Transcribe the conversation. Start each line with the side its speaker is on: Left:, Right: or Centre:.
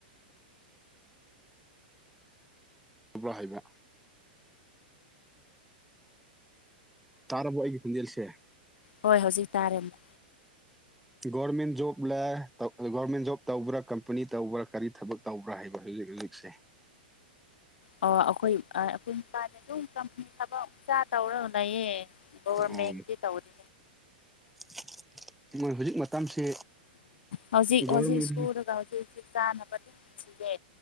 Centre: ꯊꯕ꯭ꯔ ꯍꯥꯏꯕ꯫ ꯇꯥꯔꯕꯣ ꯑꯩꯒꯤ ꯈꯣꯟꯖꯦꯜꯁꯦ꯫
Left: ꯍꯣꯏ ꯍꯧꯖꯤꯛ ꯇꯥꯔꯦ ꯑꯃꯨꯛ꯫
Centre: ꯒꯣꯔꯃꯦꯟ ꯖꯣꯕ ꯂ ꯒꯣꯔꯃꯦꯟ ꯖꯣꯕ ꯇꯧꯕ꯭ꯔꯥ ꯀꯝꯄꯅꯤ ꯇꯧꯕ꯭ꯔꯥ ꯀꯔꯤ ꯊꯕꯛ꯫ ꯇꯧꯕ꯭ꯔꯥ ꯍꯥꯏꯕ ꯍꯧꯖꯤꯛ ꯍꯧꯖꯤꯛꯁꯦ꯫
Left: ꯑꯣ ꯑꯩꯈꯣꯏ ꯑꯩꯈꯣꯏ ꯃꯄꯥꯅꯤ ꯑꯗꯨꯝ ꯀꯝꯄꯅꯤ ꯊꯕꯛ ꯆ ꯇꯧꯔ ꯂꯩꯌꯦ ꯒꯣꯚꯔꯃꯦꯟꯗꯤ
Centre: ꯑꯣ
Left: ꯇꯧꯔꯤ
Centre: <unintelligible> ꯃꯣꯏ ꯍꯧꯖꯤꯛ ꯃꯇꯝꯁꯦ
Left: ꯍꯧꯖꯤꯛ
Centre: ꯒꯣꯔꯃꯦꯟ
Left: ꯍꯧꯖꯤꯛ ꯁꯨꯔꯒ ꯍꯧꯖꯤꯛ ꯍꯧꯖꯤꯛ ꯆꯥꯟꯅꯕ ꯑꯗꯨꯝ ꯁꯤꯜꯂꯦ